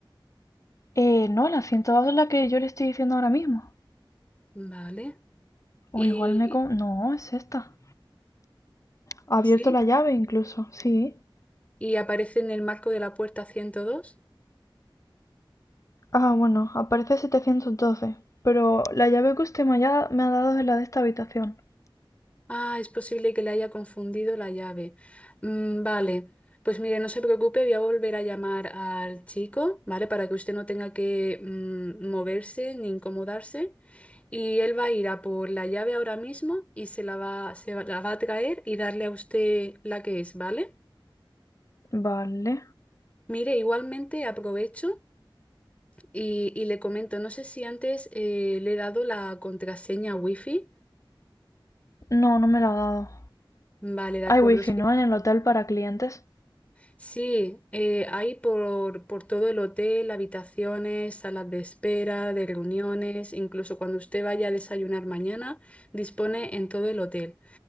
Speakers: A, on the left; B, on the left.
A: Eh, no, la 102 es la que yo le estoy diciendo ahora mismo.
B: Vale.
A: O
B: Y
A: igual me... con- No, es esta. Ha abierto
B: sí,
A: la llave incluso, sí.
B: y aparece en el marco de la puerta 102.
A: Ah, bueno, aparece 712. Pero la llave que usted me ha, me ha dado es la de esta habitación.
B: Ah, es posible que le haya confundido la llave. Mm, vale, pues mire, no se preocupe, voy a volver a llamar al chico, ¿vale? Para que usted no tenga que mm, moverse ni incomodarse. Y él va a ir a por la llave ahora mismo y se la va, se va- la va a traer y darle a usted la que es, ¿vale?
A: Vale.
B: Mire, igualmente aprovecho y, y le comento, no sé si antes eh, le he dado la contraseña wifi.
A: No, no me la ha dado.
B: Vale, de acuerdo,
A: Hay wifi, ¿no? En el hotel para clientes.
B: Sí, eh, hay por, por todo el hotel, habitaciones, salas de espera, de reuniones, incluso cuando usted vaya a desayunar mañana, dispone en todo el hotel.